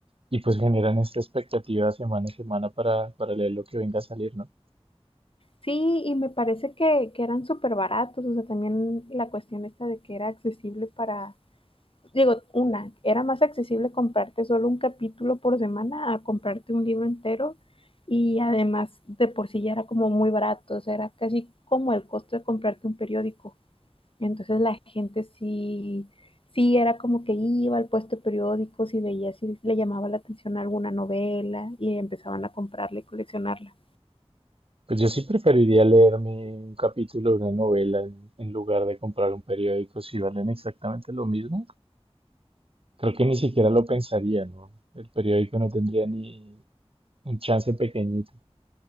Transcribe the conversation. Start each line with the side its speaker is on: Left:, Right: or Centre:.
Right: y pues generan esta expectativa semana a semana para, para leer lo que venga a salir, ¿no?
Left: Sí, y me parece que, que eran súper baratos, o sea, también la cuestión esta de que era accesible para, digo, una, era más accesible comprarte solo un capítulo por semana a comprarte un libro entero y además de por sí ya era como muy barato, o sea, era casi como el costo de comprarte un periódico. Entonces la gente sí, sí era como que iba al puesto de periódicos y veía si le llamaba la atención alguna novela y empezaban a comprarla y coleccionarla.
Right: Pues yo sí preferiría leerme un capítulo de una novela en, en lugar de comprar un periódico si valen exactamente lo mismo. Creo que ni siquiera lo pensaría, ¿no? El periódico no tendría ni un chance pequeñito.